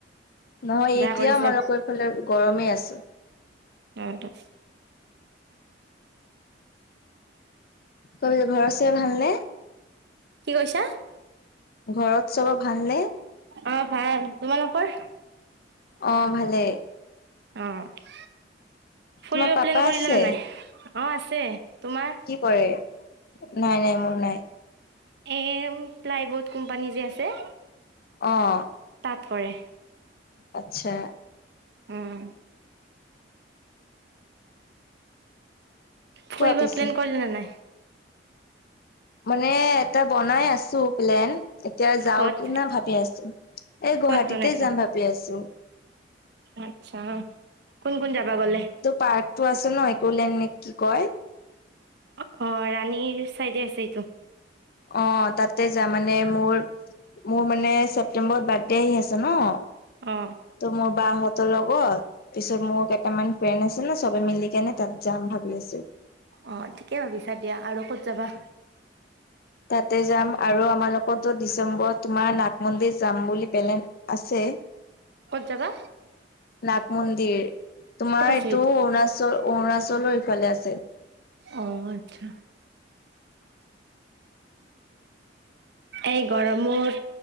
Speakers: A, on the left; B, on the right.
A: নহয়
B: বেয়া
A: এতিয়া
B: কৰিছে
A: আমাৰ লোকৰ এইফালে গৰমেই আছো।
B: সেইটো।
A: কৈ ঘৰত চবৰে ভাল নে?
B: কি কৈছা?
A: ঘৰত চবৰ ভালনে?
B: অ ভাল, তোমালোকৰ?
A: অ, ভালেই।
B: অঁহ, ফুৰিব
A: তোমাৰ পাপা
B: প্লেন কৰিলে
A: আছে?
B: নে নাই? অঁহ আছে তোমাৰ?
A: কি কৰে, নাই নাই মোৰ নাই।
B: এম ফ্লাই বোৰ্ড কোম্পানী যে আছে।
A: অঁহ
B: তাত কৰে।
A: আচ্ছা।
B: উম। ফুৰিব
A: কোৱা পিছে
B: প্লেন কৰিলে নে নাই?
A: মানে এটা বনাই আছো প্লেন। এতিয়া যাও
B: ক'ত
A: কি ন ভাবি আছো এই গুৱাহাটীতে
B: ক'ত বনাইছিলা
A: যাম ভাবি আছো।
B: আচ্ছা, কোন কোন যাবা গলে?
A: পাৰ্ক টো আছে ন একোলেণ নে কি কয়?
B: অ', অ, ' ৰাণীৰ চাইডে আছে এইটো।
A: অ, তাতে যা মানে মোৰ মোৰ মানে ছেপ্টে্বৰত বাৰ্থডে আহি আছে ন।
B: অ,
A: ত' মোৰ বাহতৰ লগত পিছত মোৰ কেইটামান ফ্ৰেণ্ড আছে ন চবে মিলি কেনে তাত যাম ভাবি আছো।
B: অ, ঠিকে ভাবিছা দিয়া আৰু ক'ত যাবা?
A: তাতে যাম আৰু আমাৰোকতো ডিচেম্বৰত তোমাৰ নাগ মন্দিৰ যাম বুলি প্লেন আছে।
B: ক'ত যাবা
A: নাগ মন্দিৰ তোমাৰ
B: ক'ত আছে
A: এইটো অৰুণাচল অৰুণাচলৰ ইফালে আছে।
B: অ, আচ্ছা, এই গৰমত